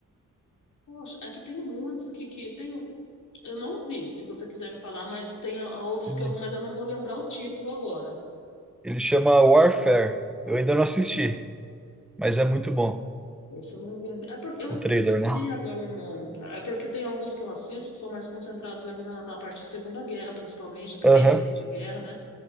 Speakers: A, on the left (about 70°); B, in the centre.
A: Poxa, é que tem muitos que, que tem. um, Eu não vi, se você quiser me falar, mas tem a- a outros
B: Uhum.
A: que eu vi, mas eu não vou lembrar o título agora.
B: Ele chama Warfare. Eu ainda não assisti, mas é muito
A: Hum,
B: bom
A: Esse eu não vi ainda. É porque eu
B: o
A: esqueci
B: trailer, né?
A: agora o nome, cara. É porque tem alguns que eu assisto que são mais concentrados ali na, na parte de Segunda Guerra, principalmente, a Primeira
B: Aham.
A: e Segunda Guerra, né?